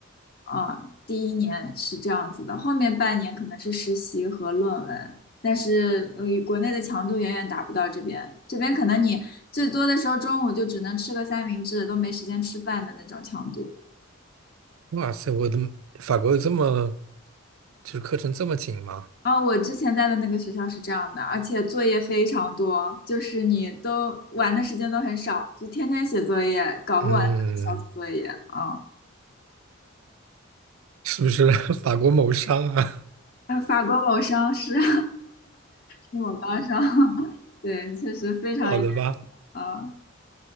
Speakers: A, on the left (about 45°); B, on the right (about 75°).
A: 啊、第一年是这样子的，后面半年可能是实习和论文。但是，呃，国内的强度远远达不到这边。这边可能你最多的时候中午就只能吃个三明治，都没时间吃饭的那种强度。
B: 哇塞，我的法国有这么，就是课程这么紧吗？
A: 啊，我之前在的那个学校是这样的，而且作业非常多，就是你都玩的时间都很少，就天天写作业，搞不完的小组作业啊。
B: 嗯，是不是 <laughs> 法国谋商啊？
A: 呃法国某商是 <laughs> 是某高商，<laughs> 对，确实非常严
B: <laughs> 好的吧。
A: 啊。